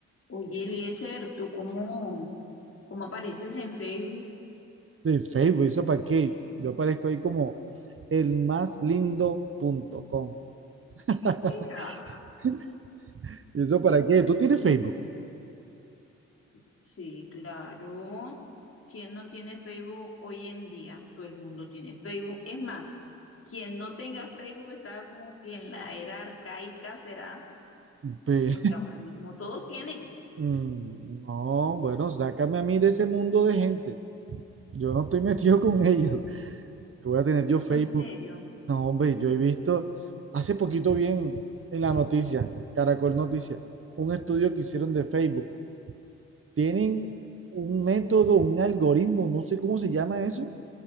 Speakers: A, on the left; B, on the right.
A: Oye, Eliezer, ¿tú cómo, cómo apareces en Facebook?
B: de Facebook, ¿eso para qué? Yo aparezco ahí como elmaslindo.com. <laughs>
A: Mira.
B: ¿Y eso para qué? ¿Tú tienes Facebook?
A: Sí, claro. ¿Quién no tiene Facebook hoy en día? Todo el mundo tiene Facebook. Es más, quien no tenga Facebook está como que en la era arcaica será,
B: Pe-
A: porque ahora mismo todos tienen.
B: Mm, No, bueno, sácame a mí de ese mundo de gente. Yo no estoy <laughs> metido con ellos. Que voy a tener yo Facebook.
A: ¿En serio?
B: No, hombre, yo he visto hace poquito bien en la noticia, Caracol Noticias, un estudio que hicieron de Facebook. Tienen un método, un algoritmo, no sé cómo se llama eso,